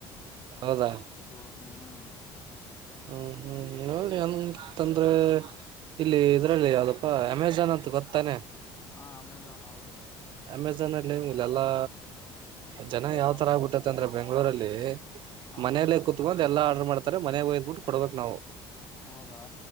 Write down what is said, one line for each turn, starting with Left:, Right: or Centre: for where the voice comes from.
Right: ಹೌದಾ
Left: ದೊಡ್ ಹಾ ಹ
Right: ಹ್ಮ್ ಹ್ಮ್ ನೋಡ್ ಅನ್ತಂದ್ರೆ ಇಲ್ಲಿ ಇದ್ರಲ್ಲಿ ಯಾವ್ದಪ್ಪ ಹ ಅಮೆಝನ್ ಅಂತ್ ಗೊತ್ತಾನೆ
Left: ಹಾ ಅಮೆಝಾನ್ ಹೌದು
Right: ಅಮೆಝನ್ಲ್ಲಿ ಎನ್ ನೀವ್ ಇಲ್ಲೆಲ್ಲಾ ಜನ
Left: ಪ್ಯಾಕ್
Right: ಯಾವ್
Left: ಮಾಡ್ಬೇಕು
Right: ತರ ಆಗ್ಬಿಟ್ಟತ್ತ ಅಂದ್ರ ಬೆಂಗಳೂರಲ್ಲಿ
Left: ಹ
Right: ಮನೇಲ್ಲ
Left: ಹಾ
Right: ಕುೂತ್ಕೊಂಡು ಎಲ್ಲಾ ಆರ್ಡರ್ ಮಾಡ್ತ ಮನೆಗ್ ಹೊಯ್ಬಿಟ್ಟು ಕೊಡ್ಬೇಕ್ ನಾವು
Left: ಹೌದಾ